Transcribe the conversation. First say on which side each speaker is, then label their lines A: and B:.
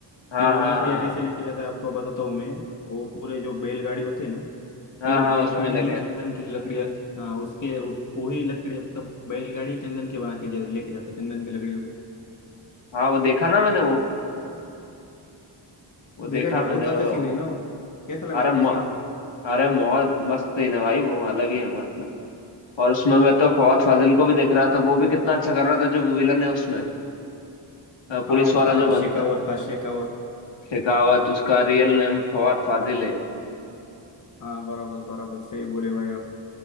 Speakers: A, on the left; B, on the left.
A: हाँ
B: फिर वो
A: हाँ
B: लकड़ियाँ
A: हाँ
B: कैसे लेके जाता है आपको बताता हूँ मैं वो पूरे जो बैलगाड़ी होते हैं ना
A: हाँ
B: पूरे
A: हाँ
B: बैलगाड़ी
A: उसमें लेके
B: ही चंदन की लकड़ियाँ हाँ उसके उस वही लकड़ी मतलब बैलगाड़ी ही चंदन की बना के जा- लेके जाता है, चंदन की लकड़ियों को
A: हाँ वो देखा ना मैंने वो वो देखा
B: देखा क्या
A: मैंने
B: बहुत अच्छा
A: वो
B: सीन है ना वो कैसा लगा
A: अरे
B: आपको
A: म,
B: सीन वो
A: अरे बहुत मस्त सीन है भाई वो अलग ही है मतलब और उसमें मैं तो फवाद फाजिल को भी देख रहा था वो भी कितना अच्छा कर रहा था जो विलन है उसमें अ, पुलिस
B: हाँ उसका
A: वाला
B: नाम
A: जो बनता
B: शेखावत
A: है
B: था शेखावत
A: शेखावत उसका रियल नेम फवाद फाजिल है
B: हाँ बराबर बराबर सही बोले भाई आप